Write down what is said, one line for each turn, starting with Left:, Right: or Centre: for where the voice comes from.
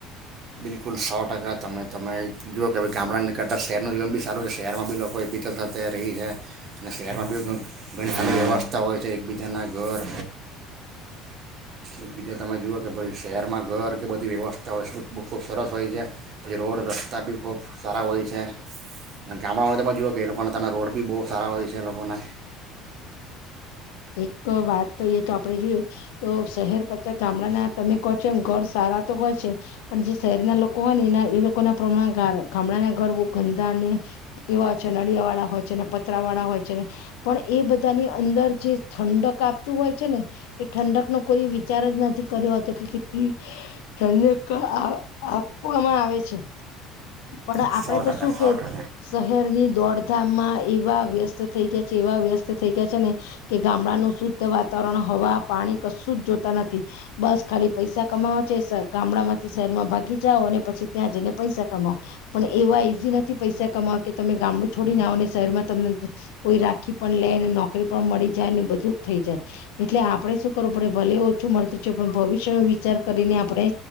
Right: બિલકુલ સો ટકા તમે તમે જુઓ કે ભાઈ ગામડાને કરતાં શહેરનું જીવન બી સારું છે શહેરમાં બી લોકો એકબીજા સાથે રહી છે અને શહેરમાં બી ઘણી સારી વ્યવસ્થા હોય છે એકબીજાના ઘર એકબીજા તમે જુઓ કે ભાઈ શહેરમાં ઘર કે બધી વ્યવસ્થા હોય <unintelligible> ખૂબ સરસ હોય છે પહી રોડ રસ્તા બી ખૂબ સારા હોય છે અને ગામડામાં જુઓ કે એ લોકોને તાના રોડ બી બો સારા હોય છે એ લોકોને
Left: એક વાત કહીએ તો આપડે જોઈએ તો શહેર ક ગામડાના તમે કહો છો એમ ઘર સારા હોય છે પણ જે શહેર ના લોકો હોય ને એના એ લો લોકો ના પ્રમાણે ગા ગામડાના ઘર બો ગંદાને એવા હોય છે નળિયા વાળા હોય છે ને પતરા વાળા હોય છેને પણ એ બધાની અંદર જે ઠંડક આપતું હોય છે ને એ ઠંડકનો કોઈ વિચાર જ નથી કર્યો હતો કે કેટલી ઠંડક આ આપવામાં આવે છે. પણ
Right: સો
Left: આપડે
Right: ટકા
Left: તો શું
Right: સો
Left: કે
Right: ટકા
Left: શહેરની દોડધામમાં એવા વ્યસ્ત થઈ ગયા છે એવા વ્યસ્ત થઈ ગયા છે ને કે ગામડાનું શુદ્ધ વાતાવરણ હવા પાણી કશું જ જોતા નથી બસ ખાલી પૈસા કમાવા છે ગામડામાંથી શહેરમાં ભાગી જાઓ અને પછી ત્યાં જઈને પૈસા આ પણ એવા ઈઝી નથી પૈસા કમાવો કે તમે ગામડું છોડીને આવો ને શહેરમાં તમને કોઈ રાખી પણ લે નોકરી પણ મળી જાય ને બધું જ થઈ જાય એટલે આપડે શું કરવું પડે ભલે ઓછું મળતું છે પણ ભવિષ્ય નો વિચાર કરીને આપણે